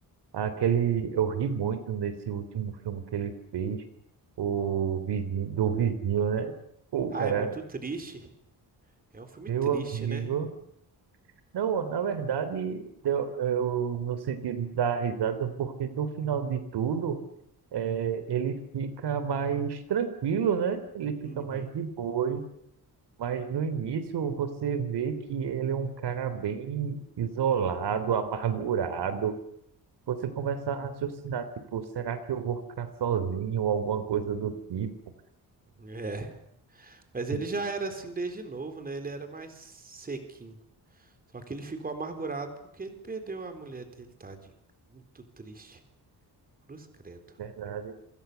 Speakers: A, on the right; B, on the right.
A: Aquele, eu ri muito nesse último filme que ele fez, o vizinho, do vizinho, né? Pô,
B: Ah,
A: cara,
B: é muito triste. É um filme
A: meu
B: triste,
A: amigo.
B: né?
A: Não, na verdade, deu- eu, no sentido da risada, porque no final de tudo. é, ele fica mais tranquilo, né? Ele fica
B: Uhum.
A: mais de boas. Mas no início você vê que ele é um cara bem isolado, amargurado. Você começa a raciocinar, tipo, será que eu vou ficar sozinho ou alguma coisa do tipo?
B: É. Mas ele
A: E,
B: já era assim desde novo, né? Ele era mais sequinho. Só que ele ficou amargurado porque ele perdeu a mulher dele, tadinho. Muito triste. Cruz credo.
A: Verdade.